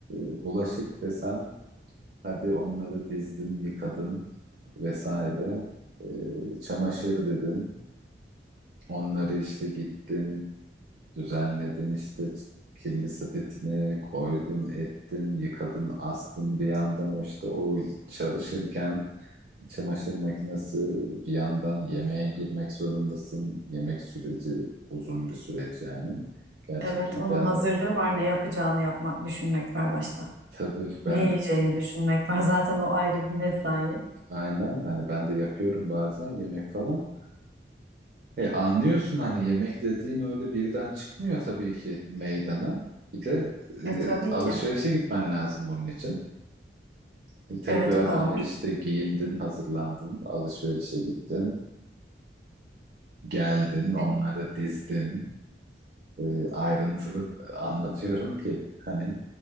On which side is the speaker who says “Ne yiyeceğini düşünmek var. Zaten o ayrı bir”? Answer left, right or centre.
Right